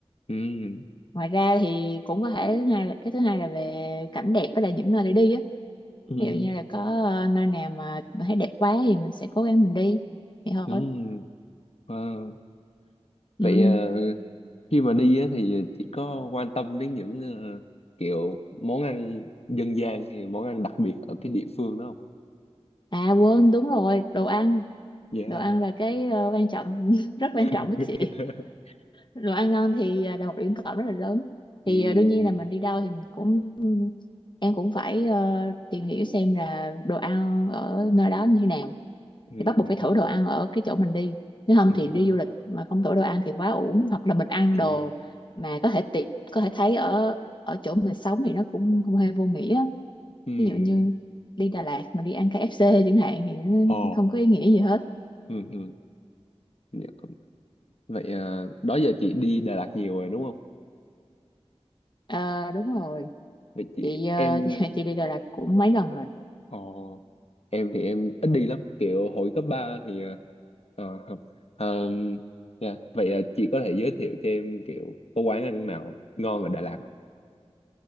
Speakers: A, on the left; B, on the left.
A: ừ
B: ngoài ra thì cũng có thể thứ hai là cái thứ hai là về cảnh đẹp với là những nơi để đi á
A: ừ
B: ví dụ như là có ờ, nơi nào mà mình thấy đẹp quá thì mình sẽ cố gắng mình đi vậy thôi
A: ừ. Wow.
B: ừ.
A: vậy ờ, khi mà đi á, thì chỉ có quan tâm đến những ờ, kiểu món ăn dân gian hay món ăn đặc biệt ở cái địa phương đó không?
B: à quên đúng rồi đồ ăn
A: Yeah.
B: đồ ăn là cái ờ, quan trọng <laughs> rất quan
A: <laughs>
B: trọng với chị đồ ăn ngon thì à, là một điểm cộng rất là lớn thì
A: Ừm,
B: à, đương nhiên là mình đi đâu thì mình cũng em cũng phải ờ, tìm hiểu xem là đồ ăn ở nơi đó như thế nào
A: ừm,
B: thì bắt buộc phải thử đồ ăn ở cái chỗ mình đi nếu không
A: ừm,
B: thì đi du lịch mà không thử đồ ăn thì quá uổng hoặc là mình ăn đồ
A: ừm,
B: mà có thể tiện có thể thấy ở ở chỗ mình sống thì nó cũng không hề vô nghĩa
A: ừm.
B: ví dụ như
A: <laughs>
B: đi Đà Lạt mà đi ăn KFC chẳng hạn thì nó
A: Ờ,
B: không có ý nghĩa gì hết
A: ừm, ừm. Dạ, cũng- Vậy ờ, đó giờ chị đi Đà Lạt nhiều rồi đúng không?
B: Ờ, đúng rồi
A: Vậy chị
B: chị, ờ,
A: em
B: <laughs> chị chị đi Đà Lạt cũng mấy lần rồi
A: Ồ em thì em ít đi lắm kiểu hồi cấp 3 thì ờ, ờ, học Ờ, dạ. Vậy ờ, chị có thể giới thiệu cho em kiểu có quán ăn nào ngon ở Đà Lạt không?